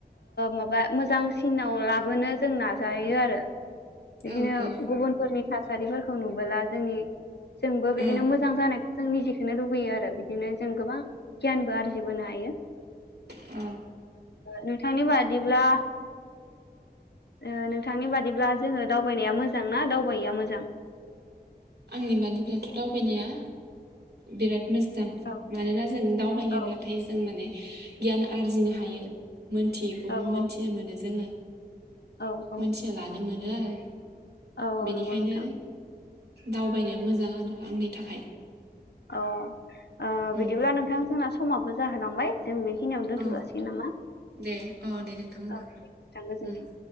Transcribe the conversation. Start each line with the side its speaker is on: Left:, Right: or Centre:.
Left: माबा ओ मोजांसिनाव लाबोनो जों नाजायो आरो। बिदिनो
Right: औ औ
Left: गुबुनफोरनि थासारिफोरखौ नुबोला जोंनि जोंबो बिदिनो
Right: ओं
Left: मोजां जानाय जों निजिखौ लुबैयो आरो बिदिनो जों गोबां गियानबो आरजिबोनो हायो
Right: अ
Left: नोंथांनि बादिब्ला ओ नोंथांनि बादिब्ला जोङो। दावबायनाया मोजां ना दावबायिया मोजां?
Right: आंनि बादिब्लाथ' दावबायनाया बिराद मोज जां
Left: औ
Right: मानोना जों दावबायोब्लाथाय
Left: औ
Right: जों माने गियान आरजिनो हायो। मोनथियैखौबो
Left: औ
Right: मोनथिनो
Left: औ
Right: मोनो जोङो।
Left: औ औ
Right: मिथिया लानो मोन। नो आरो
Left: औ
Right: बेनिखायनो
Left: नंगौ नोंथां।
Right: दावबायनाया मोजां आरो आंनि थाखाय
Left: अ ओ
Right: उम
Left: बिदिब्ला नोंथां जोंना समाबो जाहोलांबाय जों बेखिनियावनो दोन्थ'
Right: औ
Left: जासिगोन नामा
Right: दे औ दे नोंथां होमबा
Left: औ थां गोजोनथों
Right: उम